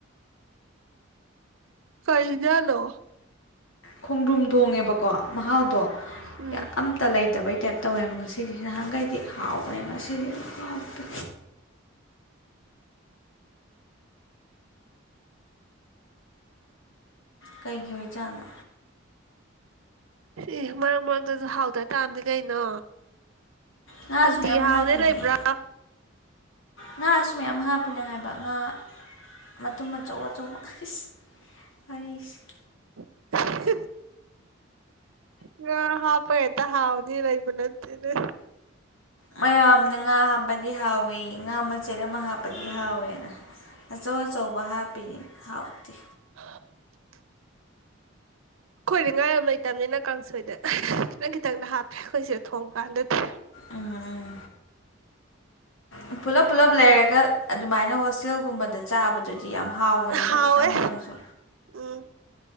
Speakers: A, on the right; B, on the left.
A: ꯀꯩ ꯏꯟꯖꯥꯡꯅꯣ꯫
B: ꯈꯣꯡꯗ꯭ꯔꯨꯝ ꯊꯣꯡꯉꯦꯕ ꯀꯣ ꯃꯍꯥꯎꯗꯣ
A: ꯎꯝ
B: ꯌꯥꯝ ꯑꯝꯇ ꯂꯩ ꯇꯕꯩ ꯇꯥꯏꯞ ꯇꯧꯋꯦꯕ ꯉꯁꯤꯗꯤ ꯅꯍꯥꯟꯒꯩꯗꯤ ꯍꯥꯎꯕꯅꯦꯕ ꯉꯁꯤꯗꯤ ꯍꯥꯎꯇꯦ꯫ ꯀꯩꯒꯤ ꯑꯣꯏ ꯖꯥꯅꯣ꯫
A: ꯑꯦ ꯃꯔꯛ ꯃꯔꯛꯇꯁꯨ ꯍꯥꯎꯇ ꯇꯥꯃꯅꯤ ꯀꯩꯅꯣ꯫
B: ꯉꯥꯁꯨ
A: ꯅꯨꯡꯇꯤꯒꯤ
B: ꯃꯌꯥꯝ
A: ꯍꯥꯎꯅꯤ
B: ꯍꯥꯞꯄꯤꯅꯦ
A: ꯂꯩꯕ꯭ꯔꯥ
B: ꯉꯥꯁ ꯃꯌꯥꯝ ꯍꯥꯞ <unintelligible> ꯍꯥꯏꯕ ꯉꯥ ꯑꯃ ꯑꯗꯨꯨꯝ ꯑꯆꯧ ꯑꯆꯧꯕ ꯑꯁ <unintelligible>
A: <unintelligible> ꯉꯥ ꯍꯥꯥꯎꯞꯒ ꯍꯦꯛꯇꯥ ꯍꯥꯎ ꯅꯤ ꯂꯩꯕ ꯅꯠꯇꯦꯅꯦ꯫
B: ꯃꯌꯥꯝꯅ ꯉꯥ ꯍꯥꯞꯄꯗꯤ ꯍꯥꯎꯋꯤ ꯉꯥ ꯃꯆꯦꯠ ꯑꯃ ꯍꯥꯞꯄꯗꯤ ꯍꯥꯎꯋꯦꯅ ꯑꯆꯧ ꯑꯆꯧꯕ ꯍꯥꯞꯄꯤꯅꯤ ꯍꯥꯎꯇꯦ꯫
A: <unintelligible> ꯑꯩꯈꯣꯏꯗꯤ ꯉꯥ ꯌꯥꯝ ꯂꯩꯇꯝꯃꯤꯅ ꯀꯥꯡꯁꯣꯏꯗ ꯈꯤꯇꯪ ꯈꯤꯇꯪꯗ ꯍꯥꯞꯄꯦ ꯑꯩꯈꯣꯏꯁꯤ ꯊꯣꯡꯕ ꯀꯥꯟꯗꯗꯤ꯫
B: ꯎꯝ ꯎꯝ꯫ ꯄꯨꯂꯞ ꯄꯨꯂꯞ ꯂꯩꯔꯒ ꯑꯗꯨꯃꯥꯏꯅ ꯍꯣꯁꯇꯦꯜꯒꯨꯝꯕꯗ ꯆꯥꯕꯗꯨꯗꯤ ꯌꯥꯝ ꯍꯥꯎꯕꯅꯤꯗ
A: ꯍꯥꯎꯋꯦ
B: ꯈꯤꯇꯪ ꯑꯣꯏꯔꯖꯨ꯫
A: ꯎꯝ